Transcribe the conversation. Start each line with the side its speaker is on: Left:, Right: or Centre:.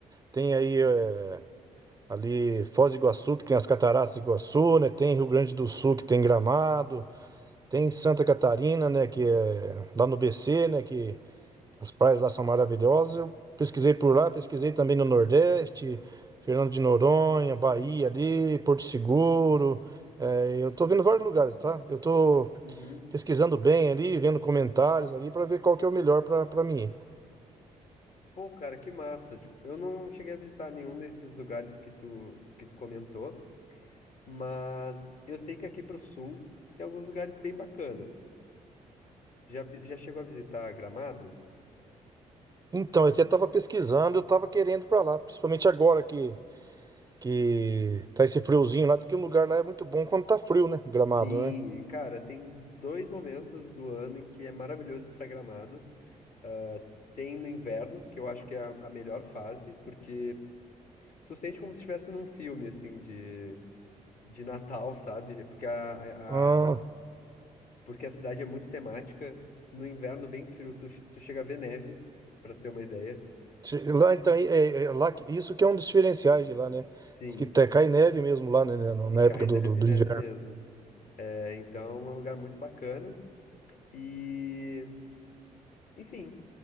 Right: Tem aí eh, ali Foz do Iguaçu, que tem as Cataratas do Iguaçu, né? Tem Rio Grande do Sul, que tem Gramado. Tem Santa Catarina, né? Que é lá no BC, né? Que as praias lá são maravilhosas. Eu pesquisei por lá, pesquisei também no Nordeste, Fernando de Noronha, Bahia ali, Porto Seguro. É, eu tô vendo vários lugares, tá? Eu tô
Left: Uhum.
Right: pesquisando bem ali, vendo comentários ali para ver qual que é o melhor para para mim. ir.
Left: Pô, cara, que massa. Tipo, eu não cheguei a visitar nenhum desses lugares que tu, que tu comentou, mas eu sei que aqui pro sul tem alguns lugares bem bacana. Já, vi- já chegou a visitar Gramado?
Right: Então, eu até tava pesquisando, eu tava querendo ir para lá, principalmente agora que que tá esse friozinho lá, diz que o lugar lá é muito bom quando tá frio, né? Gramado,
Left: Sim,
Right: né?
Left: cara, tem dois momentos do ano em que é maravilhoso ir pra Gramado. Ah, tem no inverno, que eu acho que é a, a melhor fase, porque tu sente como se estivesse num filme, assim, de, de Natal, sabe? Porque a,
Right: Ah.
Left: a, a- porque a cidade é muito temática. No inverno, bem frio, tu, tu chega a ver neve, pra ter uma ideia.
Right: Che- Lá, então, é, é- lá, que- isso que é um dos diferenciais de lá, né?
Left: Sim,
Right: Diz que te- cai neve mesmo lá, né, né, no-
Left: e
Right: na
Left: cai
Right: época do,
Left: neve,
Right: do, do
Left: neve
Right: inverno.
Left: mesmo. É, então é um lugar muito bacana. E. Enfim,